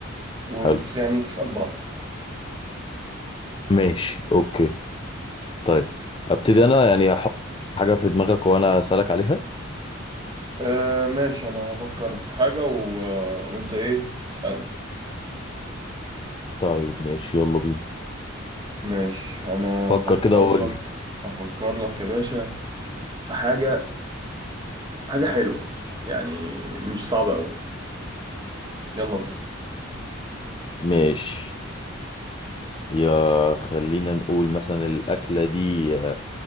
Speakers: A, on the right; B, on the left.
A: وبس
B: حلو
A: يعني تسأل براحتك
B: ماشي اوكي طيب ابتدي انا يعني هحط حاجه في دماغك وانا اسالك عليها
A: أه ماشي انا هفكر في حاجة و... وانت ايه اسألني
B: طيب ماشي يلا بينا
A: ماشي انا
B: فكر
A: هفكر
B: كده وقول
A: لك
B: لي
A: هفكر لك يا باشا في حاجة حاجة حلوة يعني مش صعبة أوي يلا بينا
B: ماشي يا خلينا نقول مثلا الأكلة دي آه،